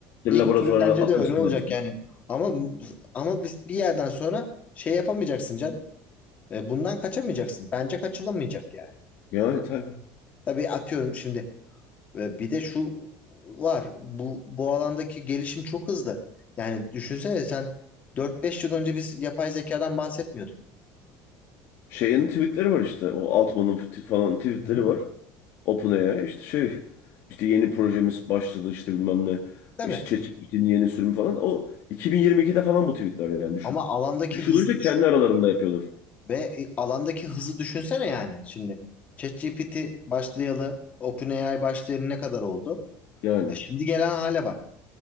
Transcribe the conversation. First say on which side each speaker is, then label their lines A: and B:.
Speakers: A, on the left (about 45°); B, on the left (about 25°).
A: bir
B: İlk
A: laboratuvara
B: türü bence
A: atmasınlar
B: de öyle olacak
A: diye.
B: yani. Ama ama biz bir yerden sonra şey yapamayacaksın canım. E, bundan kaçamayacaksın. Bence kaçılamayacak yani.
A: Yani tabii.
B: Tabii atıyorum şimdi e, bir de şu var. Bu bu alandaki gelişim çok hızlı. Yani düşünsene sen dört beş yıl önce biz yapay zekadan bahsetmiyorduk.
A: Şeyin tweetleri var işte o Altman'ın t- falan tweetleri
B: Hı hı.
A: var. OpenAI işte şey işte yeni projemiz başladı işte bilmem ne
B: Değil
A: işte ChatGPT'nin yeni sürümü falan o 2022'de falan bu tweetler yani düşün.
B: Ama alandaki
A: üç
B: hızı
A: yıl önce
B: düş-
A: kendi aralarında yapıyorlar
B: ve e, alandaki hızı düşünsene yani. Şimdi ChatGPT başlayalı, OpenAI başlayalı ne kadar oldu?
A: yani.
B: E şimdi gelen hale bak.